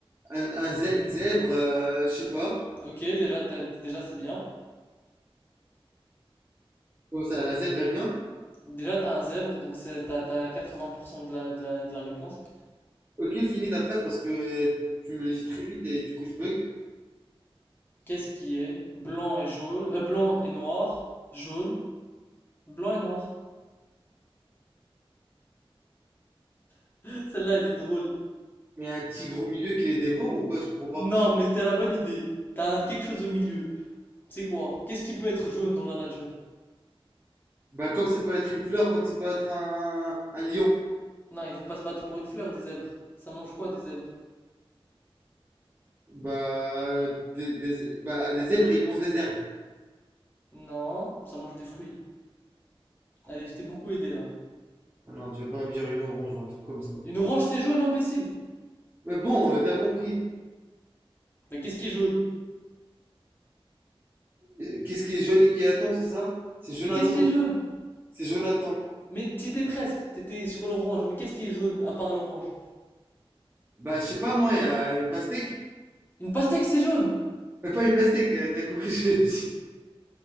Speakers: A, on the right (about 20°); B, on the left (about 20°).
A: un, un zè- une zèbre, euh, je sais pas.
B: Ok, déjà, t'as- déjà c'est bien.
A: Comme ça, la zèbre est bien.
B: Déjà, t'as un zèbre, donc c'est- t'as t'as 80% de la, de la, de la réponse.
A: Ok, finis ta phrase parce que tu me le dis très vite et du coup je bug.
B: Qu'est-ce qui est blanc et jaune, euh, blanc et noir, jaune, blanc et noir. <laughs> Celle-là, elle est drôle.
A: Mais un tigre au milieu qui les dévore ou quoi? Je comprends pas.
B: Non, mais c'était la bonne idée. T'as quelque chose au milieu. C'est quoi? Qu'est-ce qui peut être jaune dans la nature?
A: Bah comme ça peut être une fleur, comme ça peut être un, un lion.
B: Non, ils vont pas se battre pour une fleur, des zèbres. Ça mange quoi, des zèbres?
A: Bah des, des- bah, des zèbres ils mangent des herbes.
B: Non, ça mange des fruits. Allez, je t'ai beaucoup aidé là.
A: Ah Non, tu vas pas me dire une orange ou un truc comme ça.
B: Une orange, c'est jaune, imbécile.
A: Mais bon, euh, t'as compris.
B: Mais qu'est-ce qui est jaune?
A: Euh, Qu'est-ce qui est jaune et qui attend, c'est ça? C'est Jonathan.
B: Mais qu'est-ce qui est jaune?
A: C'est Jonathan.
B: Mais t'y étais presque, t'étais sur l'orange. Mais qu'est-ce qui est jaune à part l'orange?
A: Bah, je sais pas, moi, il y a une pastèque.
B: Une pastèque, c'est jaune.
A: Euh, pas une pastèque, euh, t'as compris. <laughs> je- je-